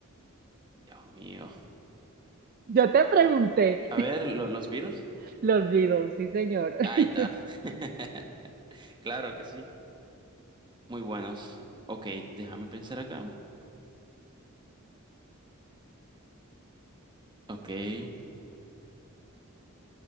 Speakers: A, on the right (about 20°); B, on the right (about 40°).
A: Dios mío.
B: Yo te pregunté.
A: A ver, ¿lo- los Beatles.
B: <laughs> Los Beatles, sí, señor. <laughs>
A: Ahí está. <laughs> Claro que sí. Muy buenos. Ok, déjame pensar acá. Ok. Eh,